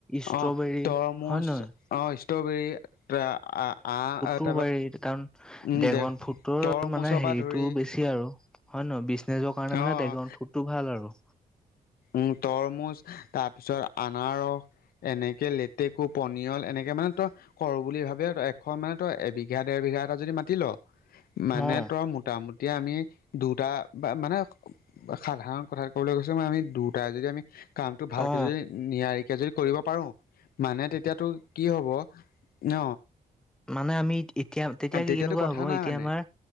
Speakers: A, in the centre; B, on the left.
A: ষ্ট্ৰবেৰী
B: অ' তৰমুজ
A: হয় নহয়
B: অ' ষ্ট্ৰবেৰী। <unintelligible>
A: কু পাৰি কাৰণ
B: উম
A: ড্ৰেগন
B: দে
A: ফুটোৰ
B: তৰমুজৰ
A: মানে হেৰিটো
B: পৰা ধৰি
A: বেছি আৰু। হয় নহয় বিজনেছৰ কাৰণে
B: অ
A: মানে ড্ৰেগন ফ্ৰুডটো ভাল আৰু।
B: উম তৰমুজ তাৰপিছত আনাৰস এনেকে লেতেকু পনিয়ল এনেকে মানে ত কৰ বুলি ভাবে ত এশ মানে তই এবিধ বিঘা দেৰ বিঘা এটা যদি মাটি ল মানে
A: অ
B: তৰ মোট- টামুটি আমি দুটা বা মানে সাধাৰণ কথা কবলৈ গৈছে মানে আমি দুটাই যদি আমি কামটো ভালকে
A: অ
B: যদি নিয়াৰিকে যদি কৰিব পাৰোঁ। মানে তেতিয়াতো কি হ'ব ন
A: মানে আমি এতিয়া তেতিয়া
B: তেতিয়াতো
A: কি কেনেকুৱা
B: কথা
A: হব
B: নাই
A: এতিয়া
B: মানে
A: আমাৰ